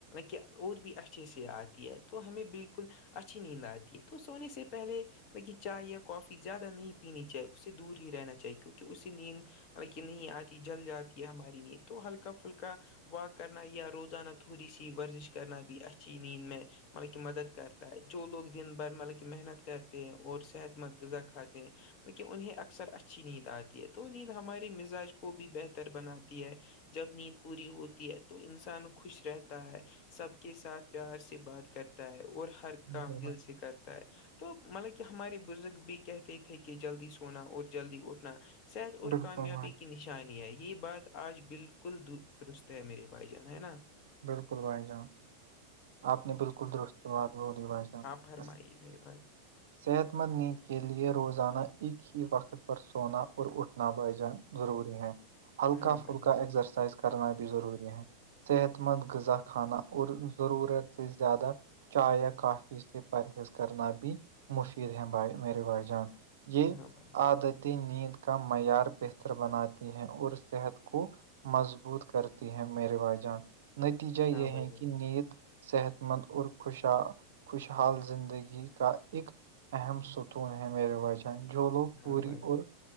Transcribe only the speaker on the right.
بالکل
بھائی
بالکل
بھائی
بالکل بھائی جان آپ نے بالکل درست بات بولی بھائیشاہان
س
صحت مند نیند کے لیے روزانہ ایک ہی وقت پر سونا اٹھنا بائیجان ضروری ہے ہلکا
فھلکا
ایکسرسائز کرنا بھی ضروری ہے صحت مند غذا کھانا اور ضرورت سے زیادہ چائے یا کافی سے پرہیز کرنا بھی مفید ہیں بائے میرے بھائی جان یہ
عادتی نیند کا معیار بہتر بناتی ہے اور صحت کو مضبوط کرتی ہے میریرے بھائی جان نتیجہ یہ
ہے
کہ نید صحت مند اور خوش خوشحال زندگی کا ایک اہم ستون ہے میرے وچن جو لوگ
پوری
اور